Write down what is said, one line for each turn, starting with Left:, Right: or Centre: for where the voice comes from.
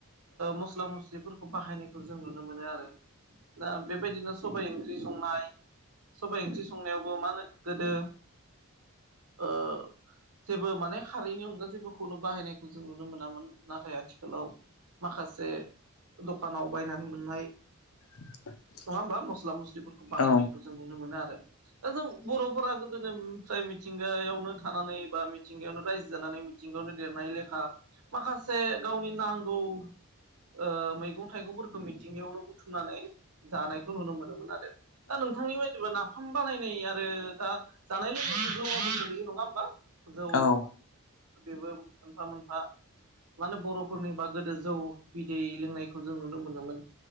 Right: मस्ला मस्लिफोरखौ बाहायनायखौ जों नुनो मोनो आरो दा बेबायदिनो सबाय ओंख्रि संनाय सबाइ ओंख्रि संनायावबो मा होनो गोदो ओ जेबो माने खारैनि अनगा जेबोखौनो बाहायनायखौ जों नुनो मोनामोन नाथाय आथिखालाव माखासे दखानाव बायनानै मोननाय
Left: <inaudible>
Right: नङा होमबा मस्ला मस्लिफोरखौ बाहायनायखौ
Left: औ
Right: जों नुनो मोनो आरो दा जों बर'फोरा गोदोनोफ्राय मिथिंगायावनो थानानै बा मि मिथिंगायावनो रायजो जानानै मिथिंगायावनो देरनाय लेखा माखासे गावनि नांगौ ओ मैगं थाइगंफोरखौ मिथिंगायावनो बुथुमनानै जानायखौ नुनो मोनोमोन आरो दा नों नोंथांनि बायदिब्लाा नाफाम बानायनाय आरो दा जानायजों लोगोसे जौआबो गोलैयो नङा होमबा जौ
Left: औ
Right: बेबो मोनफा मोनफा माने बर'फोरनिबा गोदो जौ बिदै लोंनायखौ जों नुनो मोनोमोन